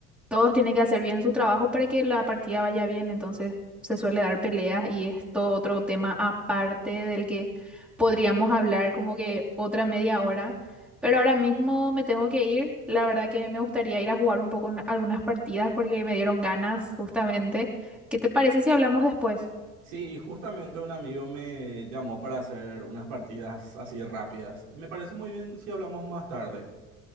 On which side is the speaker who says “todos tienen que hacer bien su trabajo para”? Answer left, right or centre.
Centre